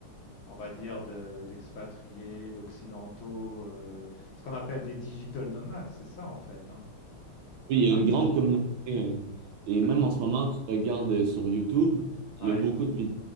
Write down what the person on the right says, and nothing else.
Oui, il y
a une
grande
communauté. euh, Et
même en ce moment, tu regardes euh, sur YouTube,
il y a beaucoup de vid-